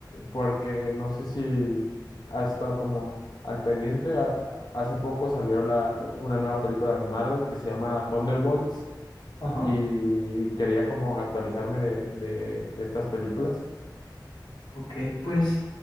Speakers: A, on the left; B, on the left.
A: porque no sé si has estado como al pendiente. a- hace poco salió la, una nueva película de Marvel que se llama Thunderbolts
B: ajá.
A: y quería como actualizarme de, de, de estas películas
B: Ok, pues